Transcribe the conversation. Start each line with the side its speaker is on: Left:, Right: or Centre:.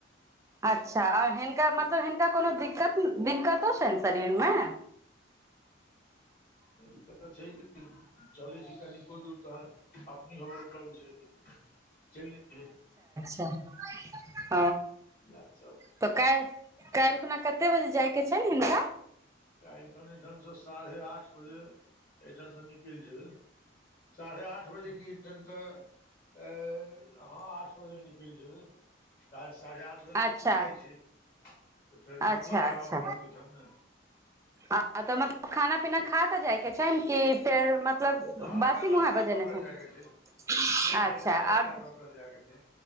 Right: अच्छा आ हिनका मतलब हिनका कोनो दिक्क दिकक दिक्कतो छै शरीरमे
Left: दिककत छै चलई छै कनि दूर त हकमी हुअ लागय छै चल न
Right: <inaudible>
Left: यात सभ
Right: तऽ काल्हि काल्हि खुना कते बजे जायके छै ने हिनका
Left: काल्हि खन एहिठामसँ साढ़े आठ बजे एहिठामसँ निक कल जेबै साढ़े आठ बजे क छनि तऽ अ ह आठ बजे निकल जेबै साढ़े आठ बजे तक
Right: अच्छा
Left: खुलि जाइ छै तऽ फेर नम्बरो
Right: अच्छा
Left: लगाबऽ
Right: अच्छा
Left: पड़तै ओहिठाम ने
Right: आ तऽ मतलब खाना पीना खा तऽ जायके छै ने कि फेर मत मतलब
Left: ने हल्का
Right: बासी
Left: नाश्ता
Right: मुँहे बजेने
Left: कऽ कऽ
Right: छनि
Left: जायके छै नहि
Right: अच्छा
Left: हल्का नाश्ता
Right: आओर
Left: कऽ कऽ जायके छै